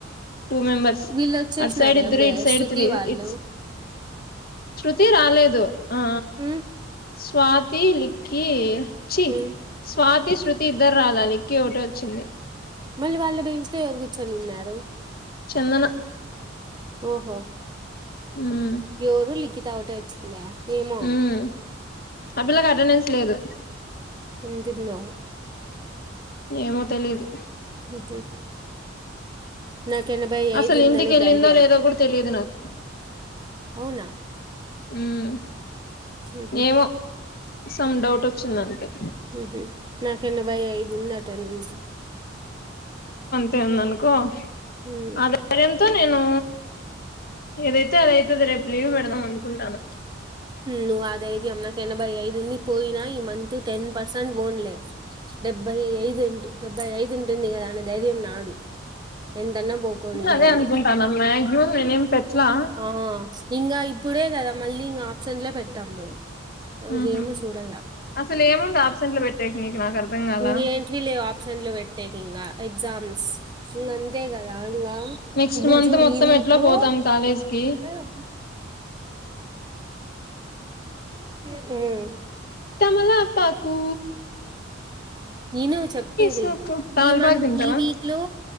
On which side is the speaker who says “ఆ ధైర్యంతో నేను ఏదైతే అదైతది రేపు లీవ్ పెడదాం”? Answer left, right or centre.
Left